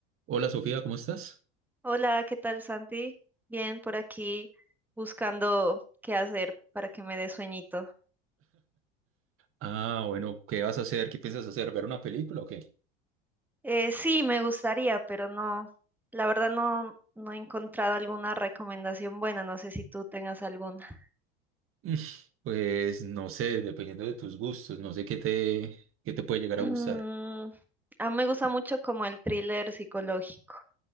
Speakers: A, on the right (about 45°); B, in the centre.
A: Hola Sofía, ¿cómo estás?
B: Hola, ¿qué tal Santi? Bien, por aquí buscando qué hacer para que me dé sueñito.
A: Ah, bueno, ¿qué vas a hacer? ¿Qué piensas hacer? ¿Ver una película o qué?
B: Eh, sí, me gustaría, pero no, la verdad no, no he encontrado alguna recomendación buena, no sé si tú tengas alguna. <clears throat>
A: Mm, Pues no sé, dependiendo de tus gustos, no sé qué te, qué te puede llegar
B: Mm,
A: a gustar.
B: a mí me gusta mucho como el thriller psicológico,